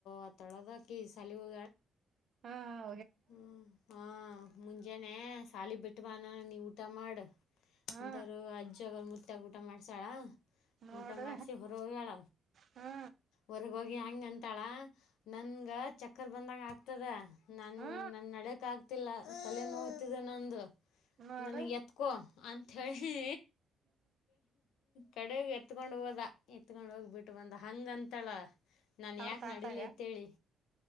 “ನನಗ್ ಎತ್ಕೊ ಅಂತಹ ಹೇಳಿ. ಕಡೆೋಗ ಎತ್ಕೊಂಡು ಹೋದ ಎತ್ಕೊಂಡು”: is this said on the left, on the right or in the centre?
Left